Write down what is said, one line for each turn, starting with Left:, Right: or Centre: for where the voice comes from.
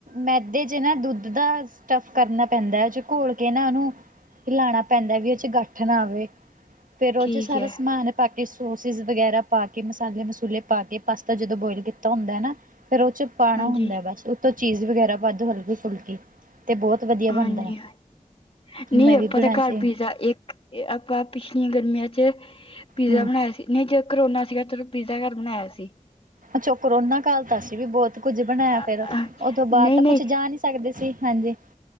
Right: ਮੈਦੇ 'ਚ ਨਾ ਦੁੱਧ ਦਾ ਸਟੱਫ ਕਰਨਾ ਪੈਂਦਾ ਹੈ 'ਚ ਘੋਲ ਕੇ ਨਾ ਉਹਨੂੰ ਲਾਣਾ ਪੈਂਦਾ ਵੀ ਉਹ 'ਚ ਗੱਠ ਨਾ ਆਵੇ ਫਿਰ ਉਹਦੇ
Left: ਠੀਕ
Right: 'ਚ ਸਾਰਾ
Left: ਹੈ
Right: ਸਮਾਨ ਪਾਕੇ ਸੋਸਿਸ ਵਗੈਰਾ ਪਾ ਕੇ ਮਸਾਲੇ ਮਸੂਲੇ ਪਾ ਕੇ ਪਾਸਤਾ ਜਦੋਂ ਬੋਇਲ ਕੀਤਾ ਹੁੰਦਾ ਨਾ ਫਿਰ ਉਹ 'ਚ ਪਾਂਣਾ
Left: ਹਾਂਜੀ
Right: ਹੁੰਦਾ ਹੈ ਬਸ ਉਤੋਂ ਚੀਜ਼ ਵਗੈਰਾ ਪਾ ਦੋ ਹਲਕੀ ਫੁਲਕੀ ਤੇ ਬਹੁਤ ਵਧੀਆ
Left: ਹਾਂਜੀ
Right: ਬਣਦਾ
Left: ਹਾਂ ਨਹੀਂ
Right: ਮੈਂ
Left: ਆਪਾਂ
Right: ਵੀ ਬਣਾਇਆ
Left: ਤਾ ਘਰ
Right: ਸੀ
Left: ਪੀਜ਼ਾ ਇੱਕ ਇਹ ਆਪਾਂ ਪਿਛਲੀਆਂ ਗਰਮੀਆਂ 'ਚ ਪੀਜ਼ਾ
Right: ਹੂੰ
Left: ਬਣਾਇਆ ਸੀ ਨਹੀਂ ਕਰੋਨਾ ਸੀਗਾ ਤੇ ਪੀਜ਼ਾ ਘਰ ਬਣਾਇਆ ਸੀ।
Right: ਅੱਛਾ ਕਰੋਨਾ ਕਾਲ ਤਾਂ ਸੀ ਵੀ ਬਹੁਤ ਕੁੱਝ ਬਣਾਇਆ
Left: ਨਹੀਂ
Right: ਫੇਰ ਉਹ ਤੋ ਬਾਅਦ ਤਾਂ
Left: ਨਹੀਂ
Right: ਕੁੱਛ ਜਾ ਨ ਸਕਦੇ ਸੀ ਹਾਂਜੀ।